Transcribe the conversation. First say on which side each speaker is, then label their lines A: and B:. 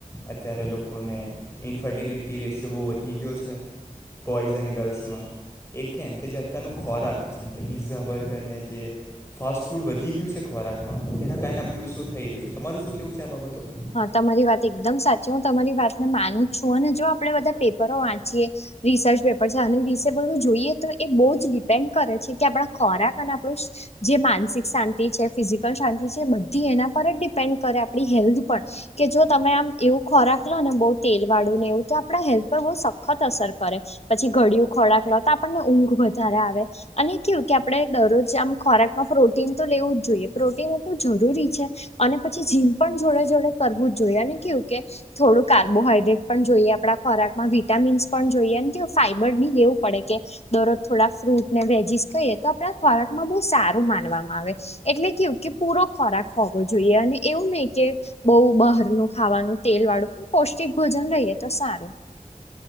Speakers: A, on the left; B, on the left.
A: અત્યારે લોકોને ઇનફર્ટિલિટી રેશિયો બઉ વધી ગયો છે. બોઈસ અને ગલ્સમાં. એક કેમ કે જે અતારનુ ખોરાક જેમ કે પીઝા, બર્ગર ને જે ફાસ્ટ ફૂડ વધી ગયું છે ખોરાકમાં તેના કારણે આ બધી વસ્તુ થઈ રહુ છે. તમારુ શું કેવું છે? આ બાબતો પર.
B: હા તમારી વાત એકદમ સાચી. હું તમારી વાતને માનું છું અને જો આપડે બધા પેપરો વાંચીએ રિસર્ચ પેપર છે અને રિસેબલનુ જોઈએ તો એ બોઉ જ ડિપેન્ડ કરે છે કે આપણા ખોરાક અને આપણું જે માનસિક સાંતિ છે, ફિઝિકલ શાંતિ છે, બધી એના પર જ ડિપેન્ડ કરે આપડી હેલ્થ પર કે જો તમે આમ એવું ખોરાક લો ને બઉ તેલ વાળુ ને એવુ તો આપણા હેલ્થ પર બઉ સખત અસર કરે. પછી ઘડિયું ખોરાક લો તો આપણને ઊંઘ વધારે આવે. અને કેવુ કે આપડે દરરોજ આમ ખોરાકમાં પ્રોટીન તો લેવું જ જોયે પ્રોટીન એટલું જરૂરી છે. અને પછી ઝીમ પણ જોડે જોડે કરવુ જ જોયે અને કેવુ કે થોડું કાર્બોહાઈડ્રેટ પણ જોઈએ આપણા ખોરાકમાં વિટામીન્સ પણ જોયે ને કેવ ફાઈબર ની લેવું પડે કે દરોજ થોડા ફ્રૂટ ને વેજીસ ખઈએ તો આપણા ખોરાકમાં બવ સારુ માનવામાં આવે. એટલે કેવુ કે પૂરો ખોરાક હોવો જોઈએ અને એવું નહી કે બોઉ બહારનુ ખાવાનુ તેલ વાળુ પૌષ્ટિક ભોજન લયે તો સારુ.